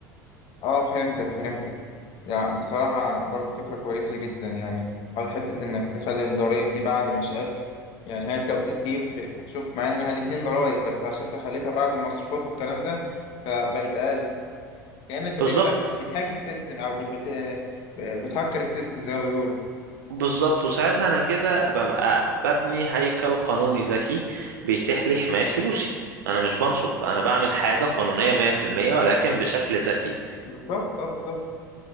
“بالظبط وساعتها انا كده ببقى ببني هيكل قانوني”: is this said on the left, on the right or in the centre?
Right